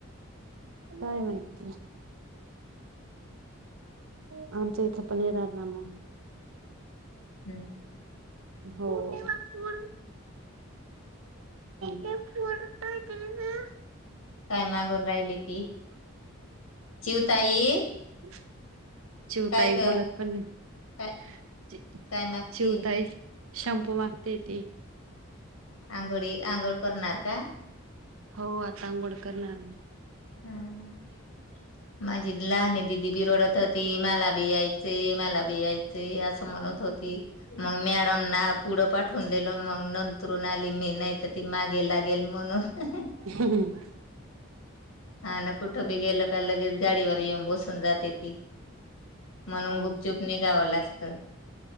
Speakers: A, on the right; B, on the left.
A: काय माहितीय आमच्या इथं पण राणारना
B: हम्म.
A: हो हुम्मम <unintelligible>
B: काय मागून राहिली ती चिवताई
A: हम चिवताई
B: काय ग
A: बोलत पण नाही
B: काय काय मागते
A: चिवताई शॅम्पू मागते ती
B: आंघोळी आंघोळ करणार का
A: हो आता आंघोळ करणार न
B: <unintelligible>
A: <inaudible>
B: माझी लहान दिदी बिरडत होती मला बी यायचे मला बी यायचे असं म्हणत होती मंग मॅडमना पुढं पाठवून दिलं मंग नंतरून आली मी नाही तर ती माग गे लागेल म्हणून
A: हम
B: हा ना कुठं बी गेल का लगेच गाडीवर येऊन बसून जाते ती म्हणून
A: हो
B: गुप चूप निघावं लागतं